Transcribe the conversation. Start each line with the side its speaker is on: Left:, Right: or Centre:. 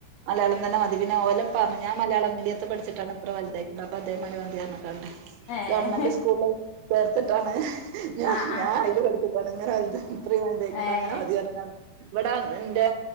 Right: മലയാളം തന്നെ മതി പിന്നെ ഓലേ ഇപ്പ പറഞ്ഞു ഞാൻ മലയാളം മീഡിയത്തിൽ പഠിച്ചിട്ടാണ് ഇത്ര വലുതായിക്ക്ണത് അപ്പൊ അതേമാതിരി മതി പറഞ്ഞ്ക്കാണ്ട്
Left: ഏഹ്
Right: ഗവമെൻ്റ് സ്കൂളില് ചേർത്തിട്ടാണ്. ഞാ
Left: ആഹ്
Right: ഞാൻ
Left: ആഹ്
Right: അയില് പഠിച്ചിട്ടാണ് ഇങ്ങനെ ഇത്രയും വ ലുതാക്ക്ണത്
Left: ഏഹ്
Right: അങ്ങനെ മതി പറഞ്ഞാണ്. ഇവിടെ എന്റെ